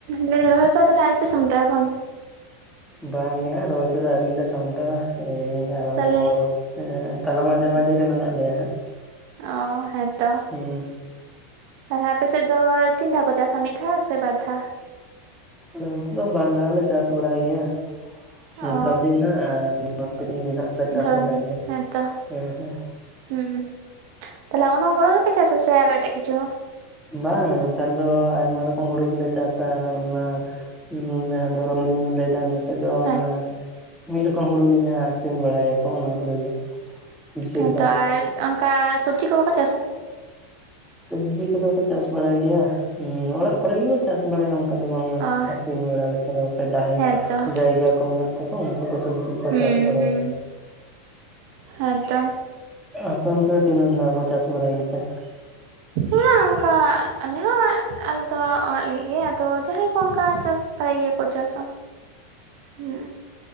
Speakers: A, on the right; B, in the centre.
A: ᱞᱟᱹᱭ ᱫᱟᱹᱧ ᱨᱚᱦᱚᱭ ᱠᱚ ᱛᱟᱦᱞᱮ ᱟᱣᱨᱤ ᱯᱮ ᱥᱟᱢᱴᱟᱣᱟ ᱵᱟᱝ?
B: ᱵᱟᱝ ᱜᱮ ᱦᱟᱸᱜ ᱨᱚᱦᱚᱭ ᱠᱚᱫᱚ ᱟᱹᱣᱨᱤ ᱞᱮ ᱥᱟᱢᱴᱟᱣᱼᱟ᱾ ᱮᱭ ᱟᱨᱟᱢᱵᱚ
A: ᱛᱟᱦᱚᱞᱮ
B: ᱮᱸ ᱛᱟᱦᱞᱮ ᱢᱟᱡᱷᱟ ᱢᱟᱡᱷᱤ ᱨᱮ ᱢᱮᱱᱟᱜ ᱞᱮᱭᱟ ᱦᱟᱸᱜ᱾
A: ᱚ ᱦᱮᱸᱛᱚ᱾
B: ᱦᱩᱸ᱾
A: ᱛᱟᱦᱞᱮ ᱟᱯᱮᱥᱮᱫ ᱫᱚ ᱛᱤᱱ ᱫᱷᱟᱣ ᱠᱚ ᱪᱟᱥᱟ ᱢᱤᱫ ᱫᱷᱟᱣ ᱥᱮ ᱵᱟᱨ ᱫᱷᱟᱣ?
B: ᱟᱞᱮ ᱚᱱᱛᱮ ᱫᱚ ᱵᱟᱨ ᱫᱷᱟᱣ ᱞᱮ ᱪᱟᱥ ᱵᱟᱲᱟᱭ ᱜᱮᱭᱟ᱾ ᱱᱮᱛᱟᱨ
A: ᱚ
B: ᱫᱤᱱ ᱦᱟᱸᱜ ᱟᱨ ᱵᱟᱨ ᱯᱮ ᱫᱤᱱ ᱦᱟᱸᱜ ᱞᱮ ᱪᱟᱥ
A: ᱫᱷᱚᱨᱚᱱ
B: ᱵᱟᱲᱟᱭ
A: ᱫᱤᱱ
B: ᱜᱮᱭᱟ
A: ᱦᱮᱸᱛᱚ
B: ᱦᱮᱸ ᱦᱮᱸ᱾
A: ᱦᱩᱸ ᱛᱟᱦᱚᱞᱮ ᱩᱱᱟ ᱦᱩᱲᱩ ᱜᱮᱯᱮ ᱪᱟᱥᱟ ᱥᱮ ᱟᱨᱚ ᱮᱴᱟᱜ ᱠᱤᱪᱷᱩ ᱦᱚᱸ?
B: ᱵᱟᱝ ᱱᱮᱛᱟᱨ ᱫᱚ ᱟᱭᱢᱟ ᱨᱚᱠᱚᱢ ᱦᱩᱲᱩ ᱜᱮᱞᱮ ᱪᱟᱥᱟ ᱟᱨ ᱚᱱᱟᱼᱼ ᱱᱚᱸᱰᱮ ᱦᱟᱸᱜ ᱫᱷᱚᱨᱚᱱ ᱫᱤᱱ ᱫᱚ ᱞᱟᱹᱭ ᱫᱟ ᱟᱫᱚ ᱚᱱᱟ
A: ᱦᱮᱸ
B: ᱢᱤᱫ ᱨᱚᱠᱚᱢ ᱦᱩᱲᱩ ᱜᱮ ᱡᱟᱦᱟᱸ ᱟᱹᱠᱷᱨᱤᱧ ᱵᱟᱲᱟᱭᱟᱠᱚ ᱚᱱᱟ ᱦᱩᱲᱩ ᱜᱮ᱾ ᱵᱮᱥᱤᱨ
A: ᱦᱮᱸᱛᱚ
B: ᱵᱷᱟᱜᱽ
A: ᱟᱨ ᱚᱱᱠᱟ ᱥᱚᱵᱽᱡᱤ ᱠᱚ ᱵᱟᱠᱚ ᱪᱟᱥᱟ?
B: ᱥᱚᱵᱽᱡᱤ ᱠᱚᱫᱚ ᱠᱚ ᱪᱟᱥ ᱵᱟᱲᱟᱭ ᱜᱮᱭᱟ ᱦᱩᱸ ᱚᱲᱟᱜ ᱠᱚᱨᱮ ᱜᱮᱠᱚ ᱪᱟᱥ ᱵᱟᱲᱟᱭᱟ ᱚᱸᱼᱼ ᱟᱫᱚ ᱵᱟᱝ ᱼᱟ
A: ᱚ
B: ᱟᱠᱷᱨᱤᱧ ᱵᱟᱲᱟ ᱞᱮᱠᱟ ᱫᱚ ᱯᱮ ᱰᱟᱹᱦᱤᱼᱼ
A: ᱦᱮᱸᱛᱚ
B: ᱡᱟᱭᱜᱟ ᱠᱚ ᱢᱮᱱᱟᱜ ᱛᱟᱠᱚᱣᱟ ᱩᱱᱠᱩ ᱠᱚ ᱥᱚᱵᱽᱡᱤ ᱠᱚᱠᱚ
A: ᱦᱩᱸ
B: ᱪᱟᱥ ᱵᱟᱲᱟᱭᱟ᱾
A: ᱦᱩᱸ ᱦᱮᱸᱛᱚ᱾
B: ᱟᱸ ᱟᱯᱮ ᱚᱱᱛᱮ ᱫᱚ ᱛᱤᱱᱟᱹᱜ ᱫᱷᱟᱣ ᱠᱚ ᱪᱟᱥ ᱵᱟᱲᱟᱭ ᱜᱮᱛᱮ? ᱟᱱᱼᱚᱰᱤᱵᱮᱞ
A: ᱚᱱᱟ ᱚᱝᱠᱟ ᱟᱞᱮ ᱦᱚᱸ ᱟᱞᱮ ᱫᱚ ᱚᱲᱟᱜ ᱞᱟᱹᱜᱤᱫ ᱜᱮ ᱟᱫᱚ ᱡᱟᱦᱟᱸᱭ ᱠᱚ ᱚᱱᱠᱟ ᱪᱟᱥᱼᱼ ᱯᱟᱲᱟᱭ ᱜᱮᱭᱟ ᱠᱚ ᱪᱟᱥᱟ᱾
B: ᱟᱱᱼᱚᱰᱤᱵᱮᱞ
A: ᱦᱩᱸ